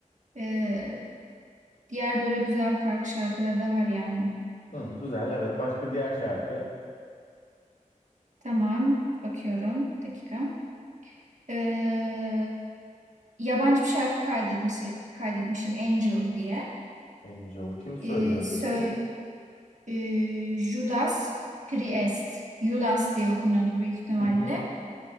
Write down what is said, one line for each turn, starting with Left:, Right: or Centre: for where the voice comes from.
Right: e, diğer böyle güzel farklı şarkıları da var yani.
Left: Hı, güzel. Evet. Başka diğer şarkı.
Right: Tamam, bakıyorum. Bir dakika. E, yabancı bir şarkı kaydetmiş, kaydetmişim Angel diye.
Left: Angel kim söylüyor
Right: Ee, sö-
Left: peki?
Right: e, Judas Priest, Judas diye okunuyordur büyük ihtimalle.
Left: Hı hı.